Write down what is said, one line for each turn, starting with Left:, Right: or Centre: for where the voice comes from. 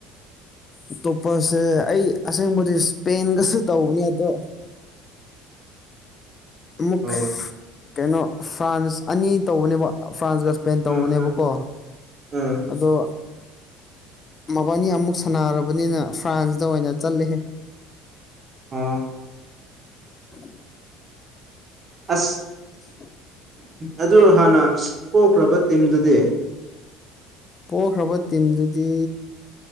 Left: ꯑꯇꯣꯞꯄꯁꯦ ꯑꯩ ꯑꯁꯦꯡꯕꯗꯤ ꯏꯁꯄꯦꯟꯒꯁꯨ ꯇꯧꯕꯅꯦ ꯑꯗꯣ ꯑꯃꯨꯛ
Right: ꯑꯣ
Left: ꯀꯩꯅꯣ ꯐ꯭ꯔꯥꯟꯁ ꯑꯅꯤ ꯇꯧꯕꯅꯦꯕ ꯐ꯭ꯔꯥꯟꯁꯒ ꯄꯦꯟ ꯇꯧꯕꯅꯦꯕꯀꯣ
Right: ꯎꯝ ꯎꯝ ꯎꯝ
Left: ꯑꯗꯣ ꯃꯕꯥꯅꯤ ꯑꯃꯨꯛ ꯁꯥꯟꯅꯔꯕꯅꯤꯅ ꯐ꯭ꯔꯥꯟꯁꯇ ꯑꯣꯏꯅ ꯆꯠꯂꯍꯦ
Right: ꯑꯥ
Left: <unintelligible>
Right: ꯑꯁ
Left: <unintelligible>
Right: ꯑꯗꯨ ꯍꯥꯟꯅ ꯄꯣꯛꯈ꯭ꯔꯕ ꯇꯤꯝꯗꯨꯗꯤ
Left: ꯄꯣꯛꯈ꯭ꯔꯕ ꯇꯤꯝꯗꯨꯗꯤ